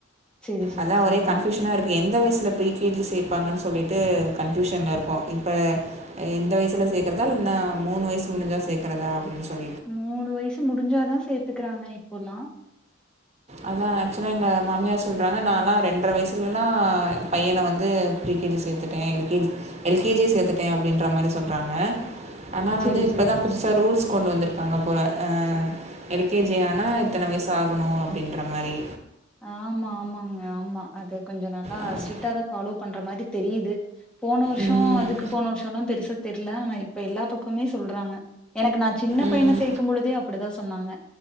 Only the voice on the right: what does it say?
அதா
ஒரே கன்ஃபியூஷனா இருக்கு எந்த வயசுல ப் ரீ கே ஜி சே ப் பாங்க சொல்லிட்டு கன்ஃப்யூஷன்ல இருக்கோ இப்ப இந்த வயசுல சேக்கறதா இல்லனா மூணு வயசு முடுஞ்சா சேக்குறதா அப்டீன்னு சொல்லி
அதா ஆக்சுவலா எங்க மாமியார் சொல்றாங்க நான்ல்லா ரெண்ட்ற வயசுலல்லா பையன வந்து ப்ரீ கே ஜி சேத்துட்டே L K G L K ஜியே சேத்துட்டே அப்டீன்ற மாரி சொன் திட்றாங்க ஆனா
வந்து இப்பதா
புதுசா ரூல்ஸ் கொண்டு வந்துருக்காங்க போல அ எல் கே ஜி ஆனா இத்தன வயசு ஆகணோ அப்டீன்ற மாரி
அ-
ம்,
ம்.